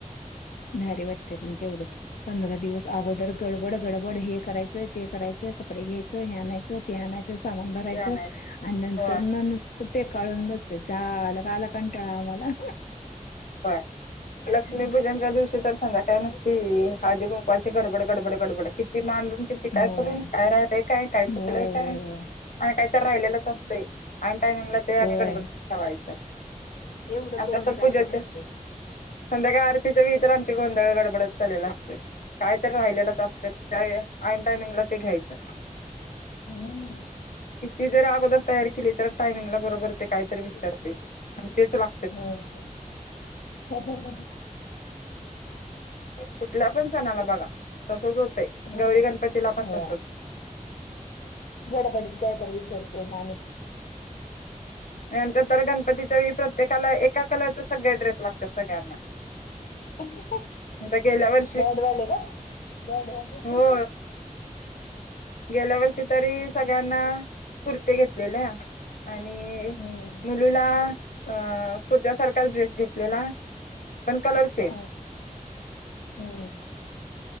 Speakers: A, on the left; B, on the left.
A: भारी वाटतयं पण तेवढंच. पंधरा दिवस अगोदर गडबड गडबड हे करायचं ते करायचं कपडे घ्यायचं हे आणायचं ते आणाय चं सामान भरायचं
B: ते आणायचं
A: आणि नंतर
B: होय
A: न नुसतं पे काळून बसतयं झालं का आला कंटाळा आम्हाला.
B: होयं लक्ष्मी पूजनच्या दिवशी तर संध्याकाळी नस ती हाळदी कुंकवाची गडबड गडबड गडबड किती मांडून किती काय
A: होय
B: करून काय राहिलयं काय काय चुकलंय
A: होय होय
B: काय आणि
A: होय
B: काहीत राहिलेलंच असतयं आणि टायमिंगला ते आणि
A: होय
B: गडबडीत ठेवायचं.
A: एवढं
B: आमच्या
A: करून काय
B: पूजेचे
A: तर राहतेच.
B: संध्याकाळी आरतीच्या वेळी तर आमची गोंधळ गडबडतच चालेला असतोय काय तर राहिलेलंच असतयं त्यावेळे आयीन टायमिंगला ते घ्यायचं.
A: हम्म
B: ती जर अगोदर तयार केली तर टायमिंगला बरोबर ते कायतरी विसरतेच आणि तेच लाग
A: होयची हे हे हे हे
B: कुठल्या पण सणाला बघा तसच होतंय
A: होय
B: गौरी गणपतीला पण
A: होय
B: तसचं.
A: गडबडीत काय तरी विसरतयं आणि
B: आणि आमच्या तर गणपतीच्या वेळी प्रत्येकाला एका कलरचा सगळं ड्रेस लागत्यात सगळ्यांना
A: <unintelligible>
B: तिथं गेल्यावरं
A: बँडवाले का बँडवाले.
B: हो गेल्या वर्षी तरी सगळ्यांना कुर्ते घेतलेल्या आणि
A: हम्म.
B: मुलीला अ कुर्त्यासारखा ड्रेस घेतलेला. पण कलर सेम
A: हो हो.